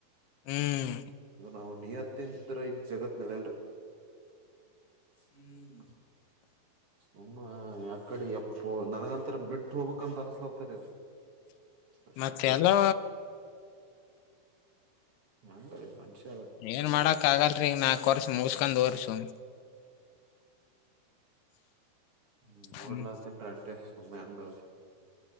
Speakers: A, on the left (about 85°); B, on the right (about 45°).
A: ಹ್ಮ್
B: ನಾವು ನಿಯತ್ಯಂತ್ರ ಇದ್ ಜಗತ್ ನಲಲ್ರಿ ಹ್ಮ್ ಹಮ್ಮ ಯಾಕಡೆ ಎಪ್ಪ ನನಗಂತರ ಬಿಟ್ಟ ಹೋಗ್ಕ್ ಅಂತ ಅನ್ಸ್ಲತರಿ ಅಷ್ಟೇ
A: ಮತ್ತೆ ಎಲ್ಲೋ
B: ಹೆಂಗ ಮನ್ಷ್ಯ ಆ
A: ಏನ್ ಮಾಡಕ್ ಆಗಲ್ರಿ ಈಗ ನಾಕ್ ವರ್ಷ ಮುಗಸ್ಕೊಂಡ್ ಹೋರಿ ಸುಮ್
B: ಹ್ಮ ನೋಡ್ಲತ್ತನ್ರಿ
A: ಹ್ಮ್
B: ಅಷ್ಟೇ ಹ ಮ್ಯಾಂಗ